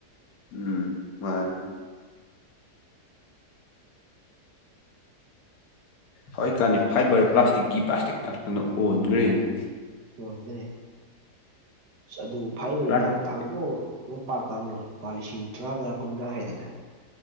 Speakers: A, on the left; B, on the right.
A: ꯎꯝ ꯃꯥꯅꯦ ꯍꯧꯖꯤꯛꯀꯥꯟꯗꯤ ꯐꯥꯏꯕꯔ ꯄ꯭ꯂꯥꯁꯇꯤꯛꯀꯤ ꯄ꯭ꯂꯥꯁꯇꯤꯛ ꯉꯥꯛꯇꯅ ꯍꯣꯟꯒ꯭ꯔꯦꯅꯦ
B: ꯍꯣꯟꯒꯔꯦ ꯑꯗꯨ ꯐꯥꯏꯕꯔ
A: ꯄ꯭ꯂꯥꯁꯇꯤꯛ
B: ꯌꯥꯡ ꯇꯥꯡꯗꯔꯣ ꯃꯣꯄꯥ ꯀꯥꯡꯗꯣ ꯂꯨꯄꯥ ꯂꯤꯁꯤꯡ ꯇꯔꯥꯃꯉꯥ ꯀꯨꯟꯒꯥ ꯍꯥꯏꯗꯅ